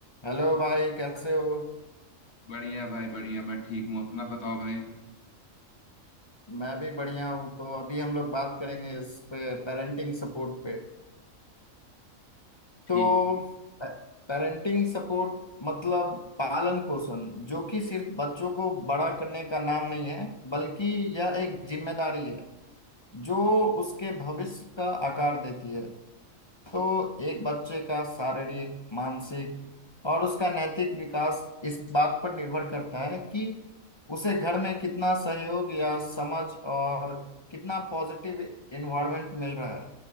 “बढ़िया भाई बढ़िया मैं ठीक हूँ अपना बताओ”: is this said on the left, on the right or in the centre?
Left